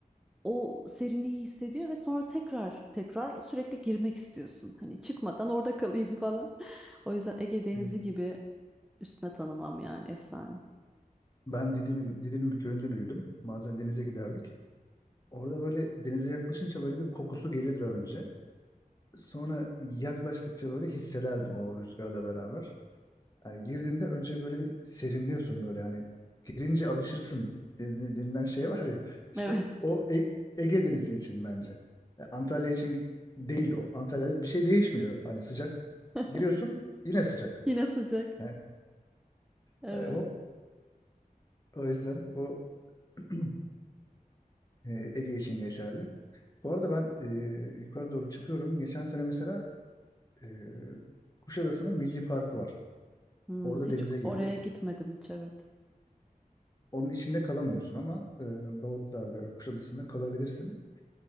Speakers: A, in the centre; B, on the left.
A: o serinliği hissediyor ve sonra tekrar tekrar sürekli girmek istiyorsun. Hani çıkmadan orada kalayım falan. <laughs> O yüzden Ege Denizi
B: Evet.
A: gibi Üstüne tanımam yani efsane.
B: Ben Didim'in Didim'in bir köyünde büyüdüm. Bazen denize giderdik. Orada böyle denize yaklaşınca böyle bir kokusu gelirdi önce. Sonra yaklaştıkça böyle hissederdim o rüzgarla beraber. Yani girdiğinde önce böyle bir serinliyorsun böyle hani girince alışırsın dedi- denilen şey var ya işte
A: Evet.
B: o E- Ege Denizi için bence. Yani Antalya için değil o. Antalya'da bir şey değişmiyor. Hani sıcak
A: <laughs>
B: giriyorsun yine sıcak.
A: Yine sıcak.
B: Yani,
A: Evet.
B: yani o, o yüzden o <clears throat> e, Ege için geçerli. Bu arada ben e, yukarı doğru çıkıyorum. Geçen sene mesela e, Kuşadası'nın Milli Parkı var.
A: Hmm,
B: Orada
A: hiç
B: denize girdik.
A: oraya gitmedim hiç evet.
B: Onun içinde kalamıyorsun ama e, Davutlar'da, Kuşadası'nda kalabilirsin.